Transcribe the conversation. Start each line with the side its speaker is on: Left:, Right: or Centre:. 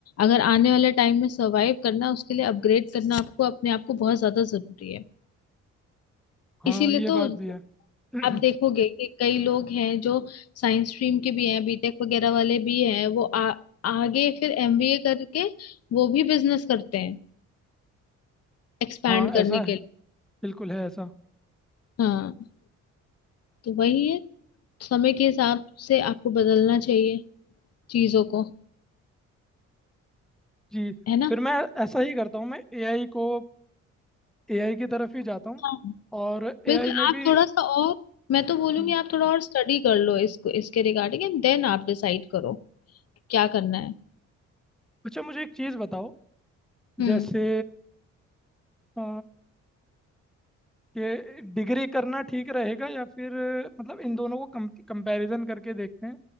Left: अगर आने वाले टाइम में सरवाइव करना है, उसके लिए अपग्रेड करना आपको अपने आप को बहुत ज्यादा जरूरी है
Centre: हाँ
Left: इसीलिए
Centre: ये बात
Left: तो
Centre: भी है <clears throat>
Left: आप देखोगे कि कई लोग हैं जो साइंस स्ट्रीम के भी हैं बीटेक वगैरह वाले भी हैं वो आ, आगे फिर एमबीए करके वो भी बिजनेस करते हैं एक्सपैंड
Centre: हाँ
Left: करने
Centre: ऐसा
Left: के
Centre: है
Left: लिए
Centre: बिल्कुल है ऐसा
Left: हाँ तो वही है समय के हिसाब से आपको बदलना चाहिए चीजों को
Centre: जी
Left: है ना
Centre: फिर मैं ऐसा ही करता हूँ मैं एआई को एआई की तरफ ही जाता हूँ
Left: हाँ
Centre: और
Left: बिल्कुल
Centre: एआई में
Left: आप
Centre: भी
Left: थोड़ा सा और मैं तो बोलूंगी
Centre: हम्म,
Left: आप थोड़ा और स्टडी कर लो इसको इसके रिगार्डिंग एंड देन आप डिसाइड करो क्या करना है
Centre: अच्छा मुझे एक चीज़ बताओ
Left: हम्म
Centre: जैसे अ, कि डिग्री करना ठीक रहेगा या फिर मतलब इन दोनों को कम कंपैरिजन करके देखते हैं